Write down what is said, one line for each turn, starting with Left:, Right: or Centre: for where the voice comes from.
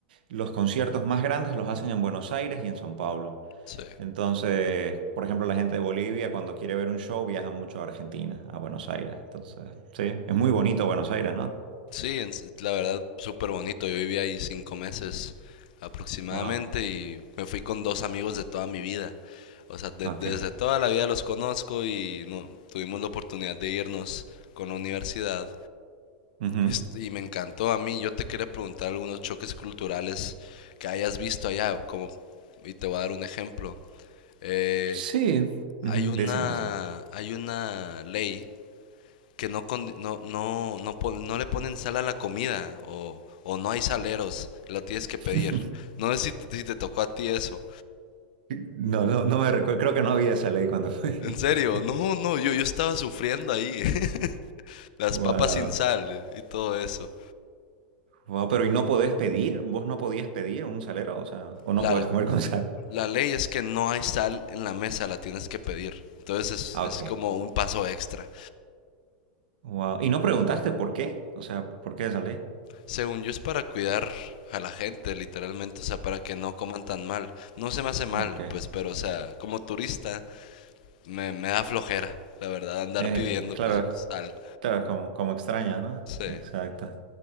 Right: los conciertos más grandes los hacen en Buenos Aires y en São Paulo.
Left: sí.
Right: Entonces, por ejemplo, la gente de Bolivia cuando quiere ver un show viaja mucho a Argentina, a Buenos Aires. Entonces, sí, es muy bonito Buenos Aires, ¿no?
Left: Sí, en- s- la verdad, súper bonito. Yo viví ahí cinco meses aproximadamente
Right: Wow.
Left: y me fui con dos amigos de toda mi vida. O sea, de-
Right: Ok.
Left: desde toda la vida los conozco y no, tuvimos la oportunidad de irnos con la universidad.
Right: Ujú.
Left: Est- Y me encantó a mí. Yo te quería preguntar algunos choques culturales que hayas visto allá, como, y te voy a dar un ejemplo. Eh,
Right: Sí. Ujú,
Left: hay una,
Right: Decime, decime.
Left: hay una ley que no, con- no, no, no, pon- no le ponen sal a la comida o, o no hay saleros, lo tienes que pedir.
Right: <laughs>
Left: No sé si te, si te tocó a ti eso.
Right: No, no, no me recuerdo. Creo que no había esa ley cuando fui.
Left: En serio,
Right: <laughs>
Left: no, no, yo, yo estaba sufriendo ahí. <laughs> Las
Right: Wow.
Left: papas sin sal eh, y todo eso.
Right: Wow, pero ¿y no podés pedir? ¿Vos no podías pedir un salero? O sea, ¿o no
Left: La,
Right: podés comer con sal?
Left: la ley es que no hay sal en la mesa, la tienes que pedir. Entonces es,
Right: Ah,
Left: es
Right: ok.
Left: como un paso extra.
Right: Wow. ¿Y no preguntaste por qué? O sea, ¿por qué esa ley?
Left: Según yo es para cuidar a la gente, literalmente, o sea, para que no coman tan mal. No se me hace mal,
Right: Ah, Ok.
Left: pues, pero, o sea, como turista, me, me da flojera, la verdad, andar
Right: Eh,
Left: pidiendo,
Right: claro,
Left: pues
Right: es-
Left: sal.
Right: claro, es como, como extraña, ¿no?
Left: Sí.
Right: Exacto.